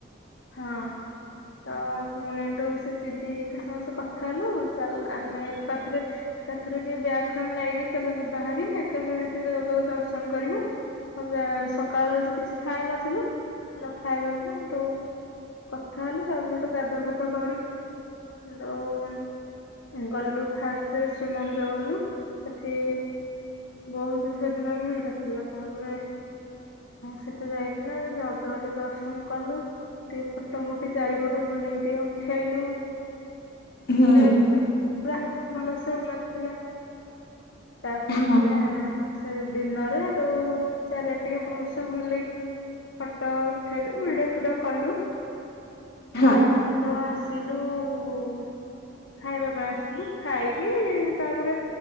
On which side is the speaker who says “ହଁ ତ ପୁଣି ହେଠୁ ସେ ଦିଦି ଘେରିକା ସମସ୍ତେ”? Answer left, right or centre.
Left